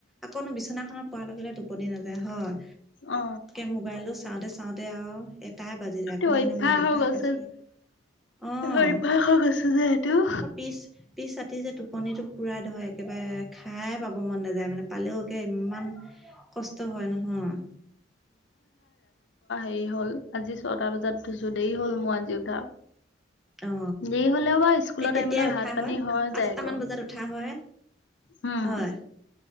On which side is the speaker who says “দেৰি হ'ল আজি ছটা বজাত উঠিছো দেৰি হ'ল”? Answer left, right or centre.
Left